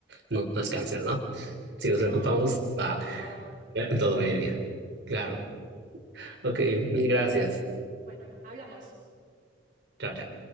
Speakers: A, on the right (about 65°); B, on the right (about 45°).
A: no, no es cáncer, ¿no? Si nos
B: No,
A: ocupamos, va,
B: por favor.
A: todo va a ir bien. Claro. Ok, mil gracias.
B: Bueno, hablamos.
A: Chao, chao.